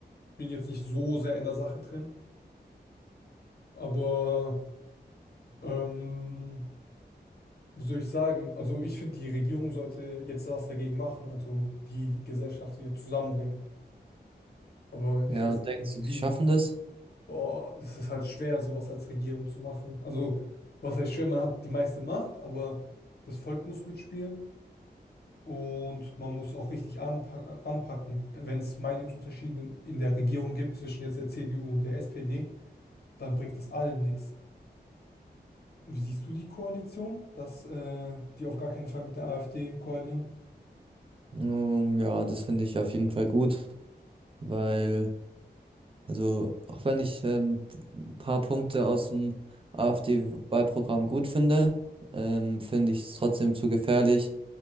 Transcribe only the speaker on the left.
bin jetzt nicht so sehr in der Sache drin, aber ähm, wie soll ich sagen? Also ich finde, die Regierung sollte jetzt was dagegen machen, also die Gesellschaft wieder zusammenbringen. Aber ich
weiß halt
nicht
wie.
Boah, es ist halt schwer, sowas als Regierung zu machen. Also, was heißt schwer? Man hat die meiste Macht, aber das Volk muss mitspielen und man muss auch richtig anpa anpacken. Wenn es Meinungsunterschiede in der Regierung gibt zwischen jetzt der CDU und der SPD, dann bringt das allen nichts. Wie siehst du die Koalition, dass äh, die auf gar keinen Fall mit der AfD koalieren?